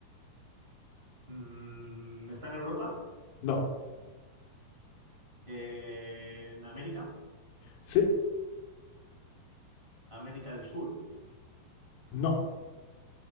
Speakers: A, on the right (about 35°); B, on the left (about 65°).
A: Mm, está en Europa,
B: No.
A: eh, en América,
B: Sí.
A: América del Sur,
B: No.